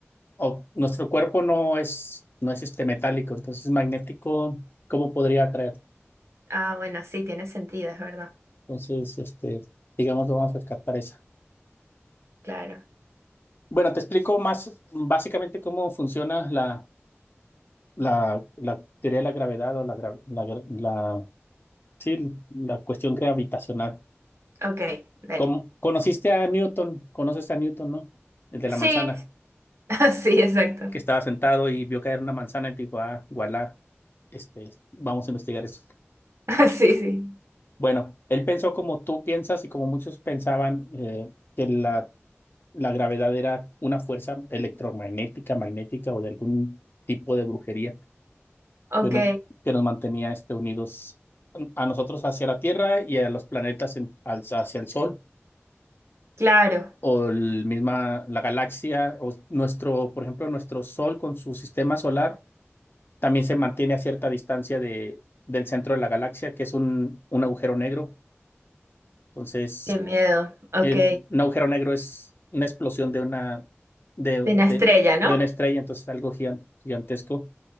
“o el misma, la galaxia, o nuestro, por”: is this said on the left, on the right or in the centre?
Left